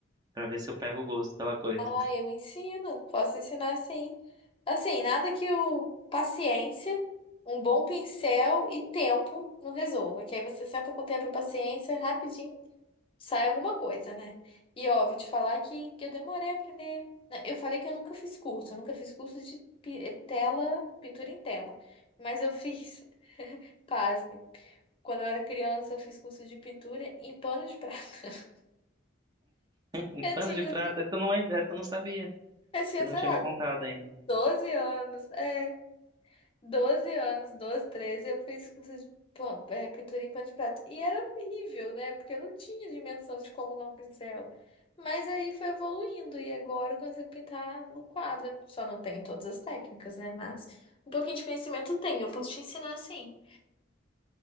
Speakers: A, on the right (about 20°); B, on the left (about 30°).
A: pra ver se eu pego o gosto pela coisa.
B: Ah, eu ensino. Posso ensinar sim. Assim, nada que o paciência, um bom pincel e tempo não resolva. Que aí você senta com tempo e paciência rapidinho. sai alguma coisa, né? E ó, vou te falar que, que eu demorei a aprender. né? Eu falei que eu nunca fiz curso, eu nunca fiz curso de pi- eh, tela, pintura em tela. Mas eu fiz, <laughs> pasme, quando eu era criança, eu fiz curso de pintura em pano de prata. <laughs>
A: Um
B: Eu
A: pano
B: tinha,
A: de prata? Essa eu não, lembra- essa eu não sabia.
B: eu tinha,
A: Você não
B: sei
A: tinha
B: lá,
A: me contado ainda.
B: 12 anos. é. doze anos, 12 13 eu fiz curso de pan- é, pintura em pano de prato. E era horrível, né? Porque eu não tinha dimensão de como usar um pincel. Mas aí foi evoluindo e agora eu consigo pintar no quadro. Só não tenho todas as técnicas, né? Mas um pouquinho de conhecimento eu tenho, eu posso te ensinar assim.